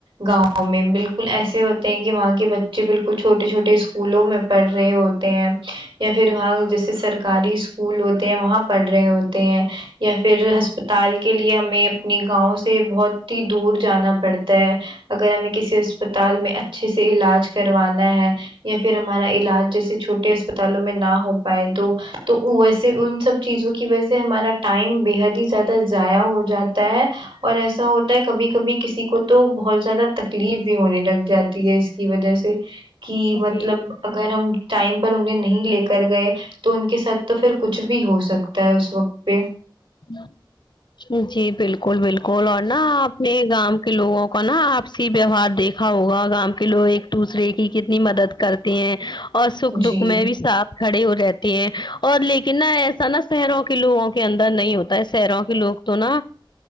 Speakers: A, on the right; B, on the left.
A: گاؤں میں بالکل ایسے ہوتے ہیں کہ وہاں کے بچے بالکل چھوٹے چھوٹے اسکولوں میں پڑھ رہے ہوتے یا پھر وہاں جیسے سرکاری اسکول ہوتے ہیں وہاں پڑھ رہے ہوتے ہیں یا پھر ہسپتال کے لیے ہمیں اپنی گاؤں سے بہت ہی دور جانا پڑتا ہے اگر ہمیں کسی اسپتال میں اچھے سے علاج کروانا ہے یا پھر ہمارا علاج جیسے چھوٹے اسپتالوں میں نہ ہو پائے تو تو ویسے ان سب چیزوں کی وجہ سے ہمارا ٹائم بے حد ہی زیادہ ضائع ہو جاتا ہے اور ایسا ہوتا ہے کبھی کبھی کسی کو تو بہت زیادہ تکلیف بھی ہونے لگ جاتی ہے اس کی وجہ سے کی مطلب
B: جی
A: اگر ہم ٹائم پر انہیں نہیں لے کر گئے تو ان کے تک تو پھر کچھ بھی ہو سکتا ہے اس وقت پہ
B: ہاں جی بالکل بالکل اور نا اپنے گاؤں کے لوگوں کو نا آپ ویوہار دیکھا ہوگا گاں کے لوگ ایک دوسرے کی کتنی مدد کرتے ہیں اور سکھ دکھ
A: جی
B: میں بھی ساتھ کھڑے ہو رہتے ہیں اور لیکن نا ایسا نا شہروں کے لوگوں کے اندر نہیں ہوتا ہے شہروں کے لوگ تو نا